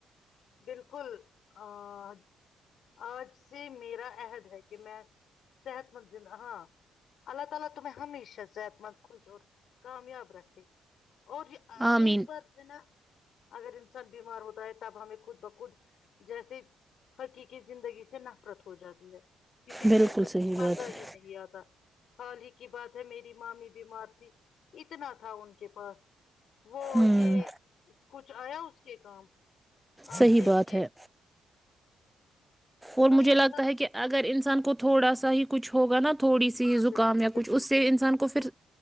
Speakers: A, on the left; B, in the centre.
A: <unintelligible> اور
B: آمین
A: ایک بات ہے نا اگر انسان بیمار ہوتا ہے تب ہمیں خود بخود جیسے ہرقی کی زندگی سے نفرت ہو جاتی ہے کسی
B: بالکل
A: چیز میں
B: صحیح
A: کچھ
B: بات
A: مزہ
B: ہے
A: ہی نہیں آتا حال ہی کی بات ہے میری مامی بیمار تھی اتنا تھا ان کے پاس وہ
B: ہوں
A: یہ کچھ آیا اس کے کام آپ
B: صحیح
A: دیکھیے
B: بات ہے اور
A: تو
B: مجھے
A: انسان
B: لگتا ہے کہ اگر انسان کو کو تھوڑا سا ہی کچھ ہوگا نا تھوڑی سی
A: ہاں
B: زکام
A: بالکل
B: یا
A: بالکل
B: کچھ اس سے
A: بالکل
B: انسان
A: بالکل
B: کو پھر